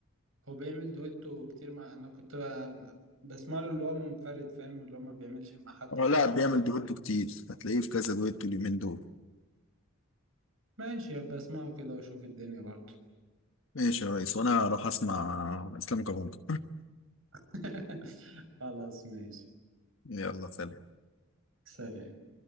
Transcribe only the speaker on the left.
اه
لا بيعمل
دويتو كتير هتلاقيه في كذا دويتو اليومين دول
ماشي يا ريس وانا هروح اسمع اسلام كابونجا
يلا سلام